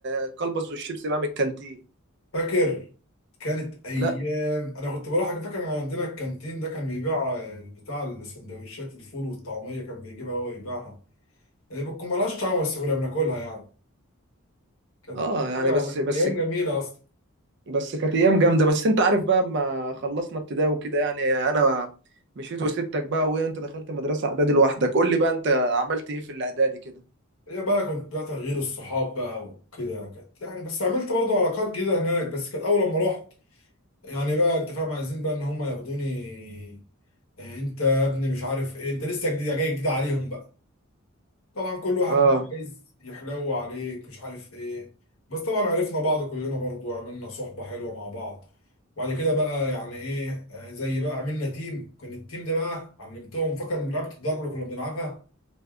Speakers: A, on the right; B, on the left.
A: الكلبس والشيبس بقى من الكانتين
B: فاكر كانت ايام
A: لا
B: انا كنت بروح فاكر ان عندنا الكانتين ده كان بيبيع آه، بتاع السندوتشات الفول والطعميه كان بيجيبها هو ويبيعها اللي بتكون مالهاش طعم بس كنا بناكلها يعني كانت
A: اه
B: حاجة-
A: يعني بس
B: كانت
A: بس
B: ايام جميله اصلا
A: بس كانت ايام جامده بس انت عارف بقى اما خلصنا ابتدائي وكده يعني انا مشيت وسبتك بقى وانت دخلت مدرسه اعدادي لوحدك قول لي بقى انت عملت ايه في الاعدادي كده
B: هي بقى كنت بقى تغيير الصحاب بقى وكده يعني، كانت يعني بس عملت برضو علاقات جديده هناك بس كانت اول لما رحت يعني بقى انت فاهم عايزين بقى ان هم ياخدوني آه، انت يا ابني مش عارف ايه انت لسه جديد جاي جديد عليهم بقى طبعا كل واحد
A: اه
B: بقى عايز يحلو عليك مش عارف ايه بس طبعا عرفنا بعض كلنا برضو وعملنا صحبة حلوة مع بعض وبعد كده بقى يعني ايه آه، زي بقى عملنا تيم كان التيم ده بقى علمتهم فاكر من لعبة الضرب اللي كنا بنلعبها